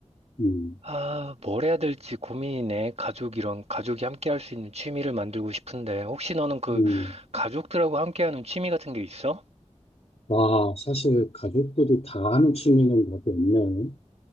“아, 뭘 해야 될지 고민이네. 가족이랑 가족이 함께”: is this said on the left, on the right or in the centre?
Right